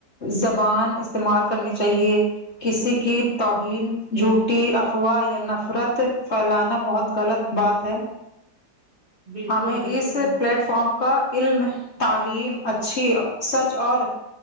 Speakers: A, on the left; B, on the right.
A: زبان استعمال کرنی چاہیے کسی کی توہین جھوٹی افواہ یا نفرت پھیلانا بہت غلط بات ہے
B: بالکل
A: ہمیں
B: بالکل
A: اس
B: ہاں
A: پلیٹ فارم کا علم تعلیم اچھی سچ اور